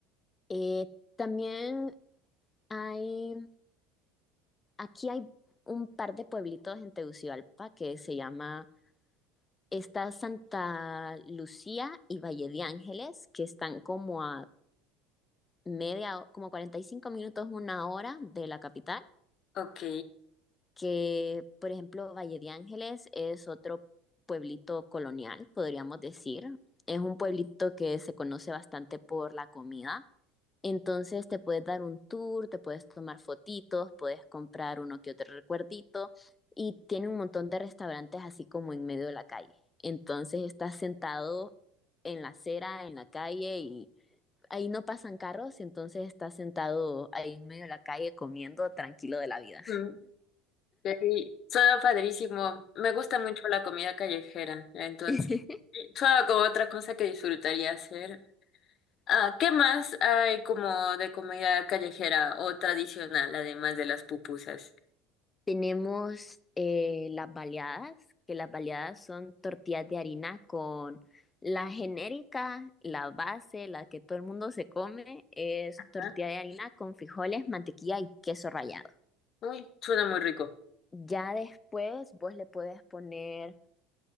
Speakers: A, on the left; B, on the left.
A: Eh, también Hay, aquí hay un par de pueblitos en Tegucigalpa que se llama, está Santa Lucía y Valle de Ángeles, que están como a media, como 45 minutos, una hora de la capital,
B: Ok.
A: que por ejemplo Valle de Ángeles es otro pueblito colonial, podríamos decir. Es un pueblito que se conoce bastante por la comida Entonces te puedes dar un tour, te puedes tomar fotitos, puedes comprar uno que otro recuerdito y tiene un montón de restaurantes así como en medio de la calle. Entonces estás sentado en la acera, en la calle y ahí no pasan carros, entonces estás sentado ahí en medio de la calle comiendo tranquilo de la vida.
B: Mm, sí, suena padrísimo. Me gusta mucho la comida callejera, entonces.
A: <laughs>
B: Suena como otra cosa que disfrutaría hacer. Ah, ¿qué más hay como de comida callejera o tradicional, además de las pupusas?
A: Tenemos eh, las baleadas, que las baleadas son tortillas de harina con la genérica, la base, la que todo el mundo se come, es
B: Ajá.
A: tortilla de harina con frijoles, mantequilla y queso rallado.
B: Uy, suena muy rico.
A: Ya después vos le puedes poner,